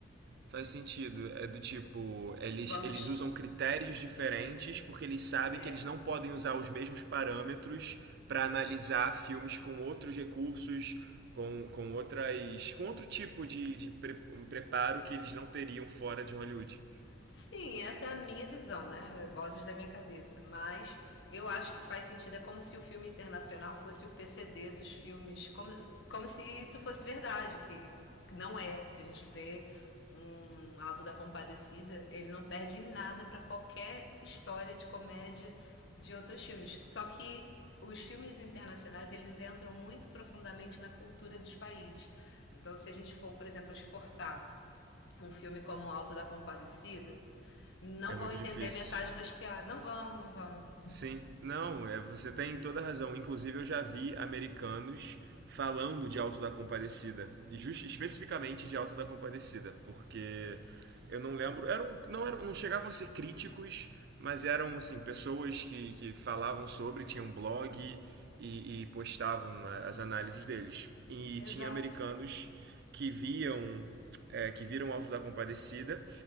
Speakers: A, on the right; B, on the left.
A: Faz sentido. É do tipo, eles,
B: Vamos.
A: eles usam critérios diferentes porque eles sabem
B: É.
A: que eles não podem usar os mesmos parâmetros para analisar filmes com outros recursos, com, com outras. com outro tipo de, de pre- um preparo que eles não teriam fora de Hollywood.
B: Sim, essa é a minha visão, né? Vozes da minha cabeça. Mas eu acho que faz sentido, é como se o filme internacional fosse o PCD dos filmes. Como, como se isso fosse verdade, que não é. Se a gente vê um Alto da Compadecida, ele não perde nada para qualquer história de comédia de outros filmes. Só que os filmes internacionais, eles entram muito profundamente na cultura dos países. Então, se a gente for, por exemplo, exportar um filme como Alto da Compadecida, não
A: É muito
B: vão entender
A: difícil.
B: metade das piadas. Não vão, não vão.
A: Sim, não, é, você tem toda a razão. Inclusive, eu já vi americanos falando de Alto da Compadecida, e just, especificamente de Alto da Compadecida, porque eu não lembro, eram, não eram, não chegavam a ser críticos, mas eram assim pessoas que, que falavam sobre, tinham blog e, e postavam a- as análises deles. E
B: Exato.
A: tinha americanos que viam é, que viram o Auto da Compadecida